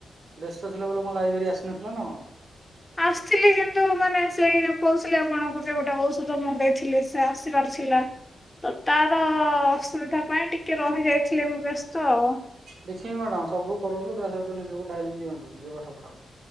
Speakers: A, on the right; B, on the left.
A: ବ୍ୟସ୍ତ ଥିଲ ବୋଲି କଣ ଲାଇବ୍ରେରୀ ଆସିନଥିଲା ନା କଣ?
B: ଆସିଥିଲି କିନ୍ତୁ ମାନେ ସେଇ ଯୋଉ କହୁଥିଲି ଆପଣଙ୍କୁ ଗୋଟେ ଗୋଟେ ଔଷଧ ମଗେଇ ଥିଲି ସେ ଆସିିବାର ଥିଲା ତ ତାର ଅସୁବିଧା ପାଇଁ ଟିକେ ରହି ଯାଇଥିଲି ମୁଁ ବ୍ୟସ୍ତ ଆଉ।
A: ଦେଖିବି ମ୍ୟାଡ଼ାମ ସବୁ କରନ୍ତୁ ତା ସହିତ ନିଜକୁ ଟାଇମ୍ ଦିଅନ୍ତୁ ନିଜ ପାଠ ପଢ଼ାକୁ।